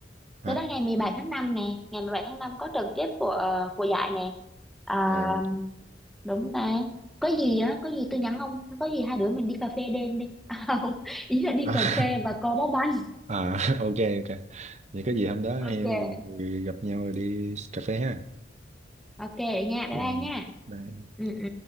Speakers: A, on the right (about 40°); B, in the centre.
A: hả
B: tới đây ngày 17 tháng 5 nè ngày 17 tháng 5 có trận tiếp của ờ, của giải nè à,
A: à,
B: đúng ta có gì á có gì tôi nhắn ông có gì hai đứa mình đi cà phê đêm đi <laughs> à, không ý là đi
A: <laughs>
B: cà phê và co bóng bàn
A: à <laughs> ok ok vậy có gì hôm đó
B: ok
A: hay gặp nhau rồi đi cà phê ha
B: ok vậy nha bye
A: Chị
B: bye nha
A: bye.
B: ừ ừ